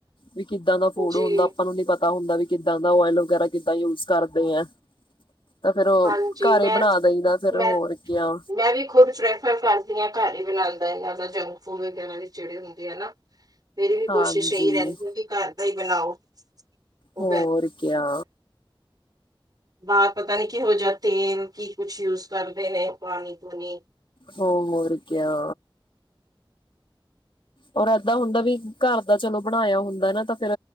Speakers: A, on the left (about 65°); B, on the right (about 45°).
A: ਵੀ ਕਿੱਦਾਂ ਦਾ ਫੂਡ
B: ਜੀ
A: ਹੁੰਦਾ ਆਪਾਂ ਨੂੰ ਨੀ ਪਤਾ ਹੁੰਦਾ ਵੀ ਕਿੱਦਾਂ ਦਾ ਓਇਲ ਵਗੈਰਾ ਕਿੱਦਾਂ ਯੂਜ ਕਰਦੇ ਆ। ਤਾਂ ਫਿਰ ਓ
B: ਹਾਂਜੀ
A: ਘਰ
B: ਮੈਂ
A: ਈ ਬਣਾ ਦੇ ਦਈਦਾ ਫੇਰ
B: ਮੈਂ
A: ਹੋਰ ਕਿਆ
B: ਮੈਂ ਵੀ ਖੁਦ <unintelligible> ਘਰ ਈ ਬਣਾਦਾ ਏਨਾਂ ਦਾ ਜੰਕ ਫੂਡ ਵਗੈਰਾ ਜੇੜੇ ਹੁੰਦੇ ਆ ਨਾ ਮੇਰੀ ਵੀ ਕੋਸ਼ਿਸ਼
A: ਹਾਂਜੀ
B: ਏਈ ਰੈਂਦੀਐ ਵੀ ਘਰ ਦਾ ਈ ਬਣਾਓ। ਉਹ
A: ਹੋਰ ਕਿਆ।
B: ਬਾਰ ਪਤਾ ਨੀ ਕਿਹੋ ਜਿਹਾ ਤੇਲ ਕੀ ਕੁਛ ਯੂਜ ਕਰਦੇ ਨੇ ਪਾਣੀ ਪੂਣੀ
A: ਹੋ ਮੋਰ ਕਿਆ। ਔਰ ਏਦਾਂ ਹੁੰਦਾ ਵੀ ਘਰ ਦਾ ਚਲੋ ਬਣਾਇਆ ਹੁੰਦਾ ਨਾ ਤਾਂ ਫੇਰ